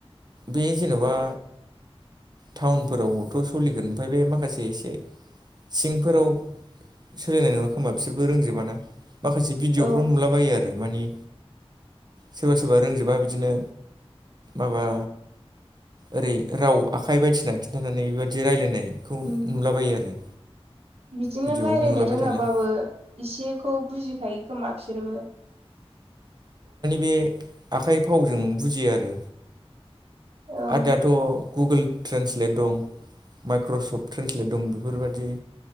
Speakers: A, on the right; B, on the right.
A: बे जेन'बा टाउनफोरावथ' सलिगोन ओमफाय बे माखासे एसे सिंफोराव ‌ सोलिनाय नङा खोमा बिसोरबो रोंजोबाना माखासे भिडिअ'फ्राव
B: औ
A: नुलाबायो आरो मानि सोरबा सोरबा रोंजोबा बिदिनो माबा ओरै रावा आखाइ बायदिसिना खिन्थानानै बेबायदि रायलायनायखौ
B: उम
A: नुलाबायो आरो।
B: बिदिनो
A: भिडिअआवनो
B: रायलायनो
A: नुलाबाय
B: रोङाबाबो
A: थालाय
B: इसेखौ बुजिखायो खोमा बिसोरबो।
A: बे आखाइ फावजों बुजियो आरो
B: औ
A: आरो दाथ' गुगोल ट्रेन्सलेट दं माइक्रसफ्ट ट्रेन्सलेट दं बेफोरबायदि